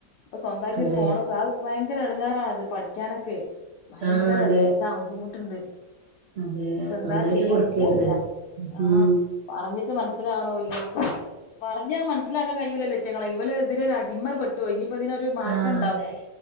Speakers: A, on the left; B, on the right.
A: ഇപ്പൊ സ്വന്തമായിട്ട്
B: അതെ
A: ഒരു ഫോൺക്ക - ഭയങ്കര ഇടങ്ങാറാണത് പഠിക്കാനൊക്കെ ഭയങ്കര
B: ആഹ് അതെ
A: ഇത് ബുദ്ധിമുട്ടുണ്ട്
B: അതെ
A: ഇപ്പ എന്താ
B: സ്വന്തായിട്ട്
A: ചെയ്യാ
B: കൊടുക്കരുത്
A: എനിക്കറീല്ല ആഹ്
B: ഉം
A: പറഞ്ഞിട്ട് മനസ്സിലാവണൂല്ല പറഞ്ഞാ മനസ്സിലാക്കാൻ കഴയൂല്ലല്ലോ ഇവറ്റകളെ ഇവള് ഇതിനൊരു അടിമപ്പെട്ടു- പോയി ഇനിയിപ്പോ അതിനൊരു മാറ്റം
B: ആഹ്
A: ഉണ്ടാവില്ല
B: അതെ